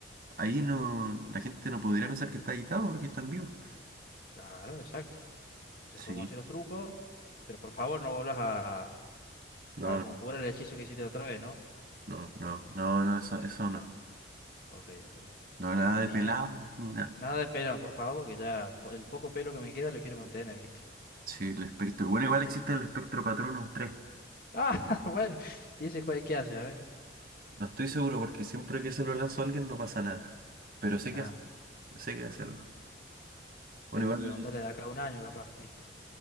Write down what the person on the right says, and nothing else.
ahí no, la gente no podría pensar que está editado porque está en vivo.
Sí.
No,
No, no, no, no, eso, eso no.
No, nada de
pelado
ni nada.
Sí, el espectro. Bueno, igual existe el espectro Patronus tres
No estoy seguro porque siempre que se lo lanzo a alguien no pasa nada. Pero sé
que hacerlo. Sé que hacerlo. Bueno,
igual,